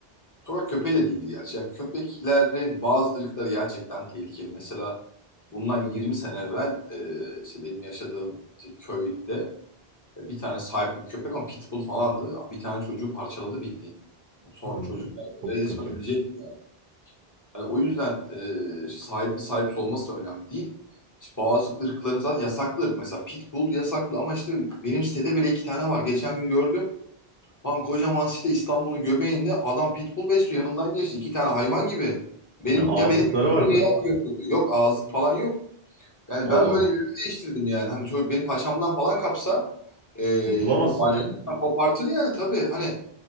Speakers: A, on the left; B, on the right.
A: Sokak köpeği de değildi gerçi. Yani köpeklerin bazı ırkları gerçekten tehlikeli. Mesela bundan 20 sene evvel e, işte benim yaşadığım işte köyde e, bir tane sahipli bir köpek ama pitbull falandı. Bir tane çocuğu parçaladı bildiğin. Son
B: Abi
A: çocuk yani
B: çok
A: resmen
B: kötü.
A: ölecek. yani. Hani o yüzden e, işte sahipli sahipsiz olması da önemli değil. İşte bazı ırkların zaten yasaklı ırk mesela pitbull yasaklı ama işte benim sitede bile iki tane var. Geçen gün gördüm. Lan kocaman site İstanbul'un göbeğinde adam pitbull besliyor. Yanımdan geçti. iki tane hayvan gibi. Benim
B: Ya ağızlıkları
A: ya benim gibi yoksa
B: var mı?
A: yayan götürdü. Yok ağızlık falan yok. Yani
B: Allah
A: ben
B: Allah.
A: böyle yönümü değiştirdim yani. Hani çocuk beni paçamdan falan kapsa e,
B: Kurtulamazsın
A: o bacaktan
B: ya.
A: kopartır yani tabii. Hani